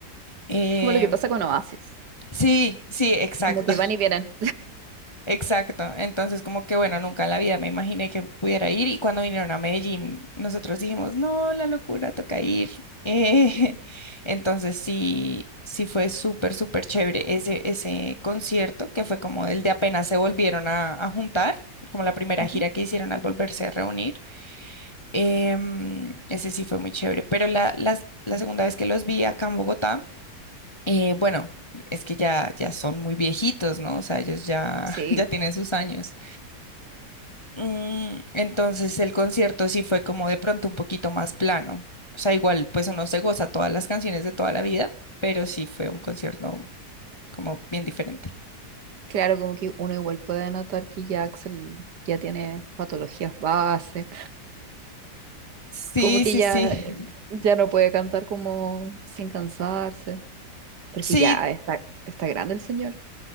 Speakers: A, on the left; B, on the right.
A: Eh,
B: es como lo que pasa con Oasis,
A: sí, sí, exacto.
B: como que
A: <laughs>
B: van y vienen.
A: Exacto, entonces como que bueno, nunca en la vida me imaginé que pudiera ir y cuando vinieron a Medellín nosotros dijimos, no, la locura, toca ir. Eh, <laughs> entonces sí, sí fue súper, súper chévere ese, ese concierto que fue como el de apenas se volvieron a, a juntar, como la primera
B: Ujú.
A: gira que hicieron al volverse a reunir. Em, ese sí fue muy chévere, pero la, las- la segunda vez que los vi acá en Bogotá, eh, bueno, es que ya, ya son muy viejitos, ¿no? O sea, ellos ya,
B: Sí.
A: <laughs> ya tienen sus años. Mm, entonces el concierto sí fue como de pronto un poquito más plano. O sea, igual pues uno se goza todas las canciones de toda la vida, pero sí fue un concierto como bien diferente.
B: Claro, como que uno igual puede notar que ya Axel ya tiene patologías base,
A: Sí,
B: como que
A: sí,
B: ya,
A: sí. <laughs>
B: ya no puede cantar como sin cansarse, porque
A: Sí,
B: ya está, está grande el señor.